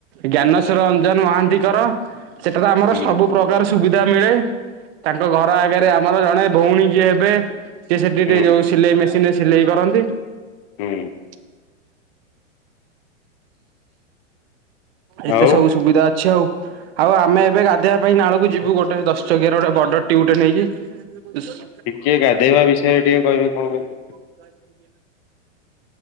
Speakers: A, on the right; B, on the left.
A: ଜ୍ଞାନଶ୍ ରଞ୍ଜନ ମହାନ୍ତିଙ୍କର ସେଟା ତ ଆମର
B: ହୁଁ
A: ସବୁ ପ୍ରକାର ସୁବିଧା ମିଳେ ତାଙ୍କ ଘର ଆଗରେ ଆମର ଜଣେ ଭଉଣୀ ଯିଏ ହେବେ ସିଏ ସେଠି ଟିକେ
B: ହୁଁ
A: ଯୋଉ ସିଲେଇ ମେସିନରେ ସିଲେଇ କରନ୍ତି।
B: ହୁଁ।
A: <unintelligible> ଏତେ
B: ଆଉ
A: ସବୁ ସୁବିଧା ଅଛି। ଆଛି ଆଉ, ଆଉ ଆମେ ଏବେ ଗାଧୋଇବା ପାଇଁ ନାଳକୁ ଯିବୁ ଗୋଟେ ଦଶ ଚକିଆର ଗୋଟେ ବଡ଼ ଟିଉଟେ ନେଇକି। <unintelligible> ଇସ୍
B: ଟିକିଏ ଗାଧୋଇବା ବିଷୟରେ ଟିକେ କହିବେ କଣ କହିଲି।
A: <inaudible>